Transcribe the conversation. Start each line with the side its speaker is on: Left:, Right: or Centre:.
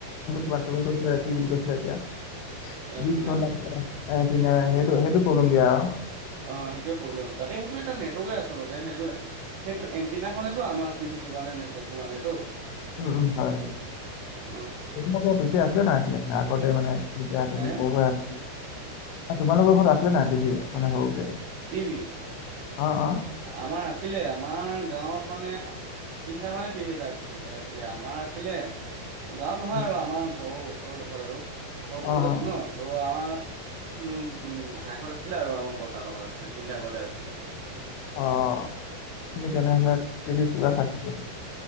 Right: উম
Left: কয় তুমি কৈ কি কয়, কি বুলি কৈছিলা এতিয়া <unintelligible>
Right: এণ্টিনা
Left: এন্টিনাৰা। হেইটো হেইটো প্ৰব্লেম দিয়ে আও।
Right: অহ। হেইটোৱে প্ৰব্লেম। তাতে হেইটো এটা নেটৱৰ্কে আচলতে। হেইটো হেইটো এন -টিনাখনেতো আমাৰ টিভিটোৰ কাৰণে নেটৱৰ্কটো আনেটো।
Left: উম। উম। হয়। হয়।
Right: অহ।
Left: <unintelligible> পিছে আছে না আছিলে, আগতে মানে যেতিয়া তুমি
Right: হে
Left: সৰু হৈ আছ তোমালোকৰ ঘৰত আছিলে নাই, টিভি মানে সৰুতে?
Right: টিভি।
Left: অ অ।
Right: আমাৰ আছিলে। আমাৰ গাঁৱত মানে তিনিটা মানে টিভি এটা আ আছিলে। আমাৰ আছিলে গাঁৱত নহয়
Left: উম,
Right: আৰু। আমাৰ ঘৰৰ ওচৰৰ ডোখৰত আৰু। ঘৰ
Left: অ
Right: বহুত
Left: অ
Right: আছে ন। ত' আ ও ও ঘাঁই ঘৰত আছিলে। আৰু আমাৰ বৰ্তা ঘৰত আছিলে। তিনিটা ঘৰ আছিল।
Left: অহ।
Right: উম
Left: তেনেহ'লে <unintelligible>